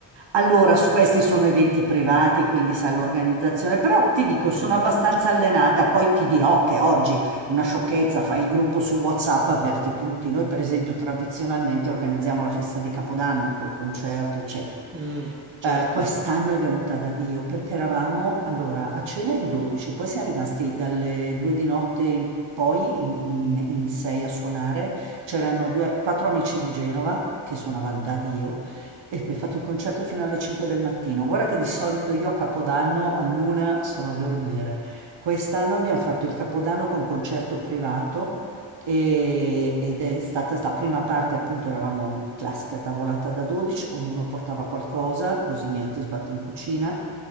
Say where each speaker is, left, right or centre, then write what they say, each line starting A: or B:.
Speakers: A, on the right (about 65°); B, on the right (about 25°).
A: Allora, s- questi sono eventi privati, quindi sai l'organizzazione, però ti dico, sono
B: al minima,
A: abbastanza
B: certo.
A: allenata, poi ti dirò che oggi una sciocchezza, fai il gruppo su WhatsApp, avverti tutti. Noi, per esempio, tradizionalmente organizziamo la festa di Capodanno col concerto, eccetera.
B: Mm, certo.
A: Eh, quest'anno è venuta da Dio perché eravamo allora a cena in 12, poi siamo rimasti dalle due di notte in poi in, in- in sei a suonare. C'erano due, quattro amici di Genova che suonavano da Dio e abbiamo fatto il concerto fino alle 5 del mattino. Guarda che di solito io a Capodanno all'una sono a dormire. Quest'anno abbiamo fatto il Capodanno con concerto privato e- ed è stata la prima parte, appunto, eravamo in classica tavolata da 12, ognuno portava qualcosa, così niente sbatti in cucina